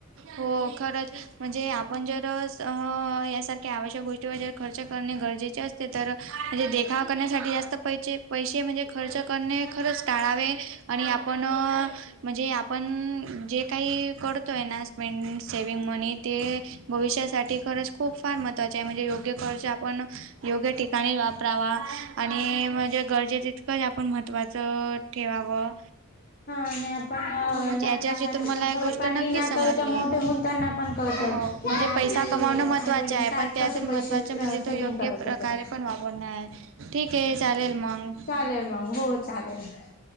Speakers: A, on the right; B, on the left.
A: हो खरंच म्हणजे आप पण जर अं यासारख्या आवश्यक गोष्टी व जर खर्च करणे गरजेचे असते तर अ म्हणजे देखाव करण्यासाठी जास्त पैसे, पैसे म्हणजे खर्च करणे खरंच टाळावे. आणि आपण अं म्हणजे आपण नं जे काही करतो आहे ना मंग सेविंग मनी ते भविष्यासाठी खरंच खूप फार महत्वाचे आहे, म्हणजे योग्य खर्च आपण योग्य ठिक ठिकणी वापरावा, आणि म्हणजे गरजेच तितकं आपण महत्त्वाचं ठेवावं.
B: हा ना, आपण अं
A: हो म्हणजे
B: लहान
A: याच्या
B: बाळांना
A: याच्यातून मला
B: पण सवय
A: एक गोष्ट
B: पाडली
A: नक्की
B: ना
A: समजली
B: तर त्या मोठे होऊन त्यांना पण कळत.
A: हो म्हणजे
B: क आपले
A: पैसा कमावणं महत्त्वाचं
B: आई- वडील
A: आहे
B: काय
A: पण त्यातून
B: कसे पैसे
A: महत्त्वाचं म्हणजे
B: सेविंग
A: तो योग्य
B: करत
A: प्रकारे
B: होते.
A: पण वापरणं आहे ठीक आहे
B: हं
A: चालेल मग
B: चालेल राव हो चालेल.